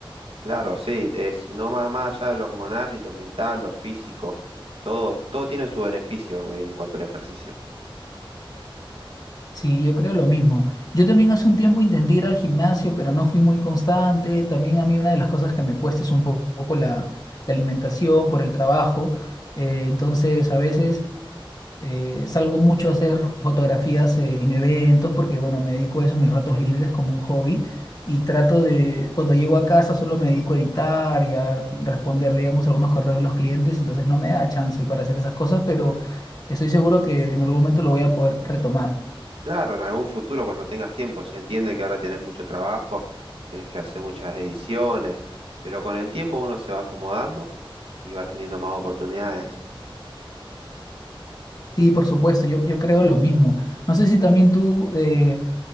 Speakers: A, on the right (about 75°); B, on the left (about 45°).
A: Claro, sí, es no más, más allá de lo hormonal y lo mental, lo físico, todo, todo tiene su beneficio en cuanto al ejercicio.
B: Sí, yo creo lo mismo. Yo también hace un tiempo intenté ir al gimnasio, pero no fui muy constante, también a mí una de las cosas que me cuesta es un po- poco la, la alimentación por el trabajo, eh, entonces a veces... Eh, salgo mucho a hacer fotografías eh, en eventos porque, bueno, me dedico a eso en mis ratos libres como un hobby y trato de, cuando llego a casa solo me dedico a editar y a responder, digamos, algunos correos de los clientes, entonces no me da chance para hacer esas cosas, pero estoy seguro que en algún momento lo voy a poder retomar.
A: Claro, en algún futuro cuando tengas tiempo, se entiende que ahora tenés mucho trabajo, tenés que hacer muchas ediciones, pero con el tiempo uno se va acomodando y va teniendo más oportunidades.
B: Sí, por supuesto, yo, yo creo lo mismo. No sé si también tú... eh,